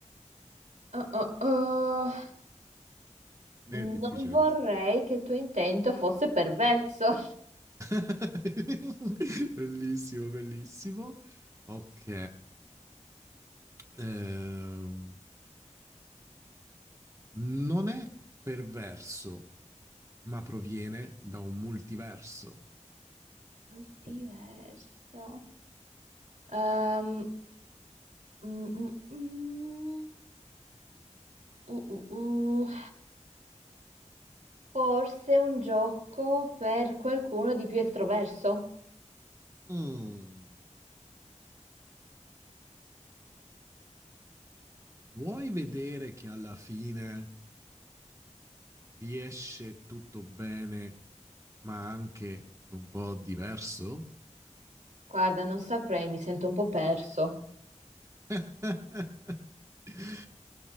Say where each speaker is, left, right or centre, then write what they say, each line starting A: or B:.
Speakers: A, on the right; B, on the right.
A: Ah, ah, ah. Non
B: È difficile
A: vorrei
B: questa.
A: che il tuo intento fosse perverso.
B: <laughs> Bellissimo, bellissimo. Ok, ehm, non è perverso, ma proviene da un multiverso.
A: <laughs> Diverso. Ehm, mm, mm, mm. Uh, uh, uh. Forse un gioco per qualcuno di più estroverso.
B: Mm. Vuoi vedere che alla fine riesce tutto bene, ma anche un po' diverso?
A: Guarda, non saprei, mi sento un po' perso.
B: <laughs>